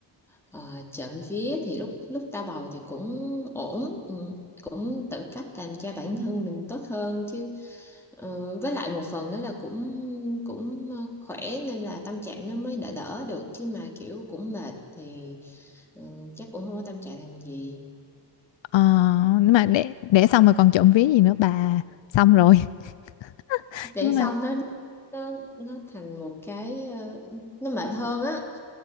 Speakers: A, in the centre; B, on the left.
A: ờ, trộm vía thì lúc lúc ta bầu thì cũng ổn ừ, cũng tự cách làm cho bản thân mình tốt hơn chứ Ờ, với lại một phần nữa là cũng cũng ờ, khỏe nên là tâm trạng nó mới đỡ đỡ được chứ mà kiểu cũng mệt thì ừ, chắc cũng không có tâm trạng làm gì
B: ờ nhưng mà để để xong rồi còn trộm ví gì nữa bà xong rồi <laughs>
A: để
B: nhưng
A: xong
B: mà
A: nó nó nó thành một cái ờ, nó mệt hơn á